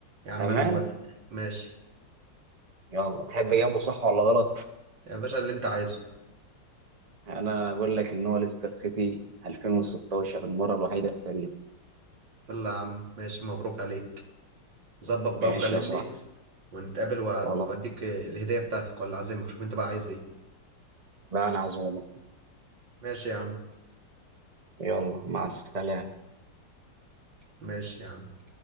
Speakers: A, on the right; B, on the right.
A: يا عم
B: تمام
A: انا موافق ماشي
B: يلا تحب اجاوبه صح ولا غلط
A: يا باشا اللي انت عايزه
B: انا اقول لك ان هو ليستر سيتي 2016 المرة الوحيدة في التاريخ
A: يلا يا عم ماشي مبروك عليك ظبط بقى
B: ماشي
A: وكلمني
B: يا صاحبي
A: ونتقابل وأعز-
B: خلاص
A: وأديك الهدية بتاعتك ولا أعزمك شوف أنت بقى عايز إيه
B: بقى انا عزومة
A: ماشي يا عم
B: يلا مع السلامة
A: ماشي يا عم